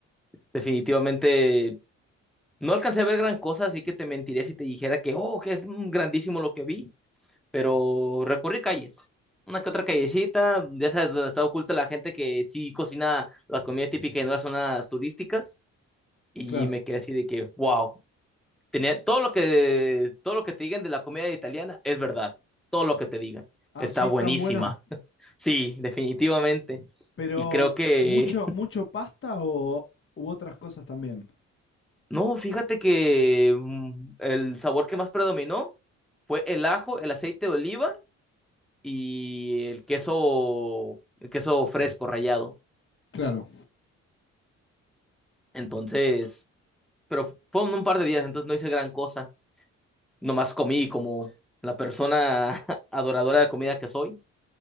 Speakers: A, in the centre; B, on the left.
A: Definitivamente no alcancé a ver gran cosa, así que te mentiría si te dijera que, oh, que es mm, grandísimo lo que vi. Pero recorrí calles. Una que otra callecita, ya sabes, donde está oculta la gente que sí cocina la comida típica y no las zonas turísticas. Y
B: Claro.
A: me quedé así de que, wow, tenía todo lo que, todo lo que te digan de la comida italiana es verdad, todo lo que te digan.
B: Ah,
A: Está
B: sí,
A: buenísima.
B: tan buena.
A: <laughs> Sí, definitivamente.
B: Pero
A: Y creo que,
B: mucho, mucho pasta o u otras cosas también.
A: <laughs> no, fíjate que mm, el sabor que más predominó fue el ajo, el aceite de oliva y el queso, el queso fresco rallado.
B: Claro.
A: Entonces, pero fue en un par de días, entonces no hice gran cosa. Nomás comí como la persona <laughs> adoradora de comida que soy.